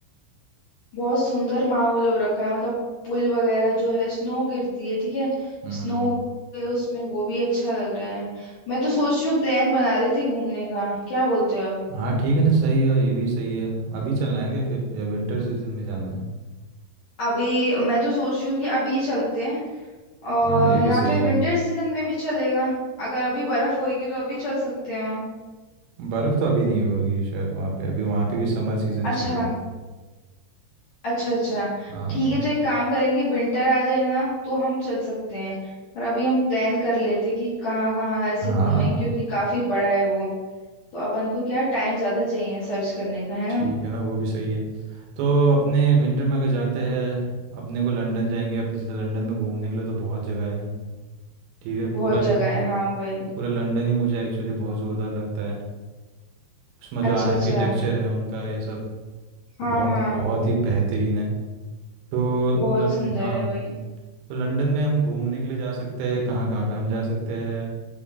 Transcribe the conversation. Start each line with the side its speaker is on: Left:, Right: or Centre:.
Left: बहुत सुंदर माहौल हो रखा है मतलब पुल वगैरह जो है स्नो गिरती है ठीक है
Right: हम्म
Left: स्नो है उसमें वो भी अच्छा लग रहा है मैं तो सोच रही हूँ प्लान बना लेते हैं घूमने का क्या बोलते हो आप
Right: हाँ ठीक है ना सही है ये भी सही है अभी चलना है क्या फिर या विंटर सीजन में जाना है
Left: अभी मैं तो सोच रही हूँ कि अभी ही चलते हैं और
Right: हाँ ये भी
Left: या
Right: सही
Left: फिर
Right: है
Left: विंटर सीजन में भी चलेगा अगर अभी बर्फ होएगी तो अभी चल सकते हैं वहाँ
Right: बर्फ़ तो अभी नहीं होगी शायद वहाँ पे अभी वहाँ पे भी समर सीजन
Left: अच्छा
Right: चल रहा है
Left: अच्छा अच्छा
Right: हाँ
Left: ठीक है तो एक काम करेंगे विंटर आ जाए ना तो हम चल सकते हैं पर अभी हम प्लान कर लेते हैं कि कहाँ कहाँ ऐसे
Right: हाँ
Left: घूमें क्योंकि काफी बड़ा है वो तो अपन को क्या टाइम ज्यादा चाहिए सर्च करने का है
Right: ठीक
Left: ना
Right: है ना वो भी सही है तो अपने विंटर में अगर जाते हैं अपने को लंदन जाएंगे अपने सीधे लंदन में घूमने के लिए तो बहुत जगह है ठीक है
Left: बहुत
Right: पूरा ल-
Left: जगह है हाँ वही
Right: पूरा लंदन ही मुझे एक्चुअली बहुत ज़ोरदार लगता है उसमें जो
Left: अच्छा
Right: आर्किटेक्चर
Left: अच्छा
Right: है उनका ये सब
Left: हाँ
Right: वो बहुत
Left: हाँ
Right: बहुत ही बेहतरीन है तो
Left: बहुत
Right: लन
Left: सुंदर
Right: हाँ
Left: है वही
Right: तो लंदन में हम घूमने के लिए जा सकते हैं कहाँ कहाँ पे हम जा सकते हैं